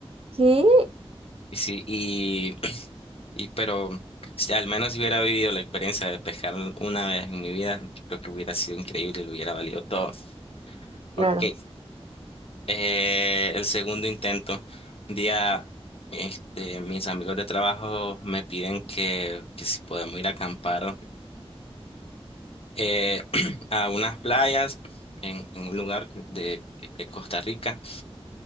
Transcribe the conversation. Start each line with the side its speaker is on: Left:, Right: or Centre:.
Right: <laughs> ¿Qué?
Left: Sí, y, <clears throat> y pero si al menos si hubiera vivido la experiencia de pescar una vez en mi vida, yo creo que hubiera sido increíble, y lo hubiera valido todo. Ok,
Right: Claro.
Left: eh, el segundo intento. Un día, este, mis amigos de trabajo me piden que, que si podemos ir a acampar eh, <clears throat> a unas playas en, en un lugar de, de Costa Rica.